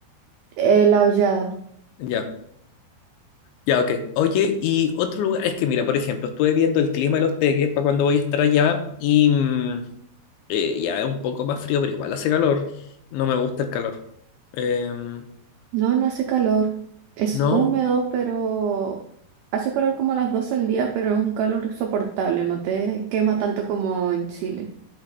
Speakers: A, on the right; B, on the left.
A: El aullado.
B: Ya. Ya, ok. Oye, y otro lugar, es que mira, por ejemplo, estuve viendo el clima de los teques para cuando voy a estar allá y mm, eh, ya es un poco más frío, pero igual hace calor. No me gusta el calor. Em,
A: No, no hace calor. Es
B: ¿no?
A: húmedo, pero hace calor como a las 12 del día, pero es un calor soportable, no te quema tanto como en Chile.